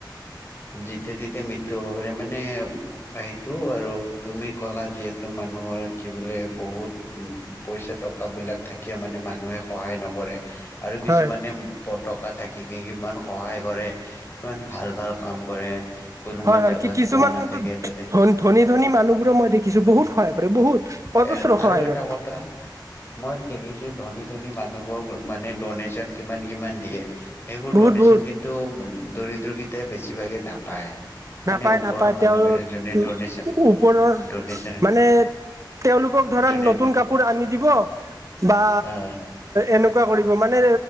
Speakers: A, on the left; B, on the right.
A: যেতিয়া- তেতিয়া মৃত্যু হব পাৰে মানে সেইটো আৰু তুমি ক'লা যিহেতু মানুহ কি বোলে বহুত উ পইচা টকা বিলাক থাকিয় মানে মানুহে সহায় নকৰে আৰু কিছুমানে
B: হয়
A: পতকা থাকি কিমান সহায় কৰে কিমান ভাল, ভাল কাম কৰে। কোনোবা
B: হয়, হয়
A: জাগাত
B: কি কিছুমান
A: কোৱা নাথাকে
B: কিন্তু
A: তাতে
B: ধ ধনী, ধনী মানুহবোৰো মই দেখিছো বহুত সহায় কৰে বহুত অজস্ৰ
A: এ আৰু
B: সহায়
A: এটা
B: কৰে
A: কথা মই দেখিছোঁ ধনী মানুহবোৰক মানে দনেচন কি কিমান দিয়ে সেইবোৰ'দোনে্চন
B: বহুত বহুত
A: কিন্তু দৰিদ্ৰগিতাই বেছিভাগে নাপায় মানে
B: নাপায়
A: ওপৰৰ
B: নাপায়
A: মানুহকেইটা
B: তেওঁ
A: যোনে
B: উ
A: ডনেশ্যন
B: ওপৰৰ
A: ডনেশ্যন
B: মানে তেওঁলোকক ধৰা
A: যোনে
B: নতুন কাপোৰ আনি দিব বা
A: আহ
B: এনেকুৱা কৰি মানে